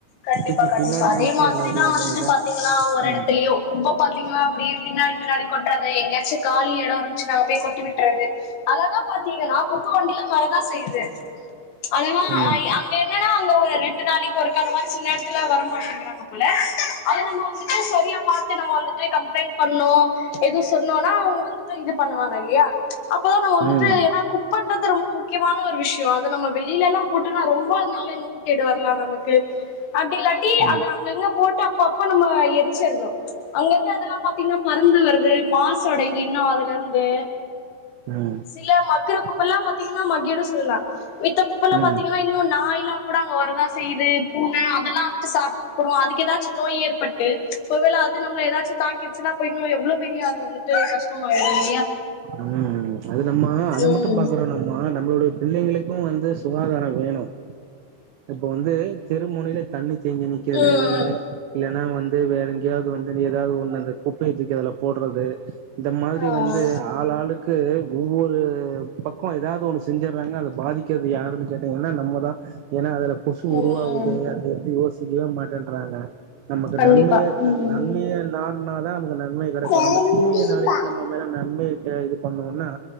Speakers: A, on the left (about 75°); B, on the right (about 85°).
A: கண்டிப்பா
B: தூக்கி
A: கண்டிப்பா
B: பின்னாடி
A: அதே
B: வீசிர்றது
A: மாதிரிதா
B: இல்ல
A: வந்துட்டு
B: ஏதாச்
A: பாத்தீங்கன்னா ஒவ்வோர்
B: ம்
A: எடத்துலயோ இப்ப பாத்தீங்கன்னா அப்டி பின்னாடி பின்னாடி கொட்றது எங்கயாச்சு காலி எடோ இருந்துச்சுனா அங்க போய் கொட்டி விட்றது அழகா பாத்தீங்கன்னா குப்ப வண்டிலா வரதா செய்யுது அழகா
B: ம் ம்
A: ஆயி அங் ககெங்ன்னன்னா அங்க ஒரு ரெண்டு நாளிக்கு ஒரு அந்த மாரி சில நேரத்துல வர மாட்டேங்கிறாங்க போல அத நம்ம வந்துட்டு சரியா பாத்து நம்ம வந்து கம்ப்ளைண்ட் பண்ணோ எது சொன்னோனா அவுங்க வந்துட்டு இது பண்ணுவாங்க இல்லயா அப்பதா நம்ம வந்துட்டு
B: ம்
A: ஏனா குக் பண்றது ரொம்ப முக் கியமான ஒரு விஷ்யோ அத நம்ம வெளிலலா போட்டோனா ரொம்ப அதனால நோய் கேடு வரலா நமக்கு அப்டி இல்லாட்டி
B: ம்
A: அது அங்கங்க போட்டு அப்பப்ப நம்ம எரிச்சர்ணு அங்க இருந்து அதெல்லா பாத்தீங்கன்னா பறந்து வருது மாசு அடையுது இன்னு அதுலேருந்து
B: ம் ம்
A: சில மக்குற
B: ம்
A: குப்பல்லா பாத்தீங்கன்னா மகிடு சொல்லலா மித்த குப்பல்லா
B: ம்
A: பாத்தீங்கன்னா இன் னு நாயில்லா கூட அங்க வரதா செய்யிது பூன அதெல்லா வந்துட்டு சாப்புடு அதுக் ஏதாச்சு நோய் ஏற்பட்டு ஒருவேள அது நம்ள ஏதாச்சு தாக் கிச்சுனா அப்ப இன்னு எவ்ளோ பெரிய அது வந்துட்டு கஷ்டமாயிரு
B: ம் அது நம்ம அத
A: ம்
B: மட்டு பாக்கறோன் மா நம்மளுடைய பிள்ளைங்களுக்கு வந்து சுகாதார வேணு இப்ப வந்து தெரு முனைல தண்ணி தேங்கி நிக்கதுல
A: ம்
B: எது இல்லன்னா வந்து வேற எங்கேயாது வந்து நீ ஏதாது ஒன்னு அந்த குப்பைய தூக்கி அதுல போட்றது ட்டு
A: ஆ
B: வந்து ஆள் ஆளுக் கு ஒவ்வொரு பக்கோ ஏதாது ஒன்னு செஞ்சறாங்க அத பாதிக்கது யாருன்னு கேட்டிங்கனா நம்மதா ஏனா அதுல கொசு
A: ம்
B: உருவாவுது அது இது யோசிக்கவே மாட்டேன்றாங்க நமக்கு
A: கண்டிப்பா
B: நன்மையேது
A: ம்
B: நன்மையே நாட்னாதா நமக்கு நன்மை கடைக்கு
A: கண்டிப்பா
B: நம்ம தீமைய நாடி நம் மேல நன்மைய கே இது பண்ணோனா